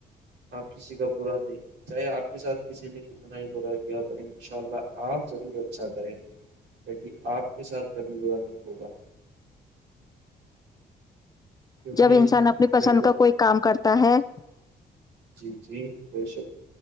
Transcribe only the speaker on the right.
آپ کسی کا برا نہیں چاہے آپ کے ساتھ کسی نے کتنا ہی برا کیا پر انشاء اللہ آپ ضرور اچھا کریں لہ آپ کے ساتھ کبھی برا نہیں ہوگا کیونکہ
دیکھو
جی جی بے شک